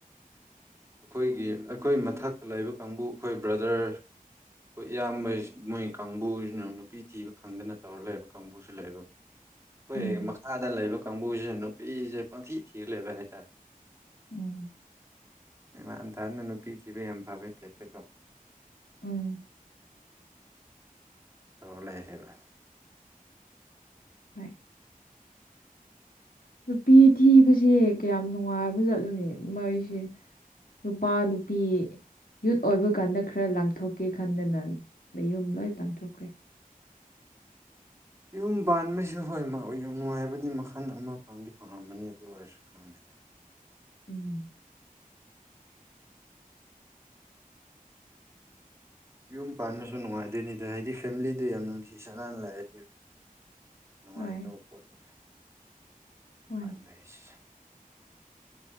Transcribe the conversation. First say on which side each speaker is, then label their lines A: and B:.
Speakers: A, on the right; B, on the left.
A: ꯑꯈꯣꯏꯒꯤ ꯑꯩꯈꯣꯏ ꯃꯊꯛꯇ ꯂꯩꯕ ꯀꯥꯡꯕꯨ ꯈꯣꯏ ꯕ꯭ꯔꯗꯔ ꯈꯣꯏ ꯏꯌꯥꯝꯕꯩ ꯃꯣꯏ ꯀꯥꯡꯕꯨꯁꯤꯅ ꯅꯨꯄꯤ ꯊꯤꯕ ꯈꯪꯗꯅ ꯇꯧꯔ ꯂꯩꯕ ꯀꯥꯡꯕꯨ ꯕꯨꯁꯨ ꯂꯩꯕ ꯈꯣꯏ
B: ꯎꯝ
A: ꯃꯈꯥꯗ ꯂꯩꯕ ꯀꯥꯡꯕꯨꯁꯤꯅ ꯅꯨꯄꯤꯁꯦ ꯄꯪꯊꯤ ꯊꯤꯔ ꯂꯩꯕ ꯍꯥꯏꯇꯥꯔꯦ
B: ꯎꯝ
A: ꯃꯥꯟꯇꯥꯅ ꯅꯨꯄꯤ ꯊꯤꯕ ꯌꯥꯝ ꯐꯕꯩ ꯇꯥꯏꯞꯇꯀꯣ
B: ꯎꯝ
A: ꯇꯧꯔ ꯂꯩꯔꯦꯕ
B: ꯍꯣꯏ ꯅꯨꯄꯤ ꯊꯤꯕꯁꯦ ꯀꯌꯥꯝ ꯅꯨꯡꯉꯥꯏꯕ ꯖꯠꯅꯣꯅꯦ ꯃꯩꯁꯦ ꯅꯨꯄꯥ ꯅꯨꯄꯤ ꯌꯨꯠ ꯑꯣꯏꯕ ꯀꯥꯟꯗ ꯈꯔ ꯂꯥꯡꯊꯣꯛꯀꯦ ꯈꯟꯗꯅ ꯃꯌꯨꯝ ꯂꯣꯏ ꯄꯥꯟꯊꯣꯛꯈ꯭ꯔꯦ
A: ꯌꯨꯝ ꯄꯥꯟꯕꯩꯁꯨ ꯍꯣꯏ ꯅꯨꯡꯉꯥꯏꯕꯗꯤ ꯃꯈꯜ ꯑꯃ ꯐꯪꯗꯤ ꯐꯪꯉꯝꯕꯅꯤ ꯑꯗꯨ ꯑꯣꯏꯔ ꯝ
B: ꯎꯝ <inaudible>
A: ꯌꯨꯝ ꯄꯥꯟꯕꯁꯨ ꯅꯨꯡꯉꯥꯏꯗꯣꯏꯅꯤꯗ ꯍꯥꯏꯗꯤ ꯐꯦꯃꯤꯂꯤꯗꯨꯣ ꯌꯥꯝ ꯅꯨꯡꯁꯤ ꯆꯥꯟꯅꯅ ꯂꯩꯔꯗꯤ ꯅꯨꯡꯉꯥꯏꯈ꯭ꯔꯕ
B: ꯍꯣꯏ
A: ꯄꯣꯠꯅꯤꯗ
B: ꯃꯥꯅꯦ
A: ꯄꯥꯟꯕ ꯍꯥꯏꯁꯤꯁꯨ